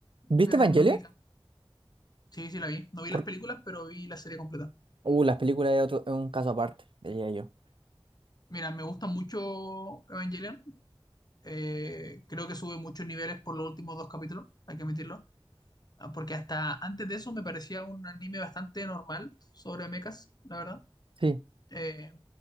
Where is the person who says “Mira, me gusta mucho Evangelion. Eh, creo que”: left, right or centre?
Left